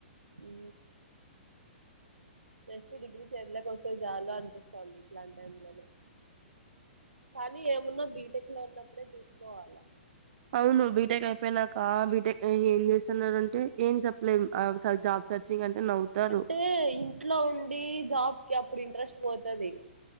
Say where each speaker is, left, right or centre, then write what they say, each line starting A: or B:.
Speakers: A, on the right; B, on the right.
A: ఉ జెస్ట్ డిగ్రీ చెందలకు వస్తే చాలు అనిపిస్తది ఇట్లాంటి టై లోనే కానీ ఏమున్నా బీటెక్ లో ఉన్నప్పుడే చూసుకోవాలా
B: అవును బీటెక్ అయిపోయినాక బీటెక్ ఏం చేస్తున్నారు అంటే ఏం చెప్పలేం ఆ జాబ్ సెర్చింగ్ అంటే నవ్వుతారు
A: అంటే ఇంట్లో ఉండి జాబ్కిి అప్పుడు ఇంట్రెస్ట్ పోతది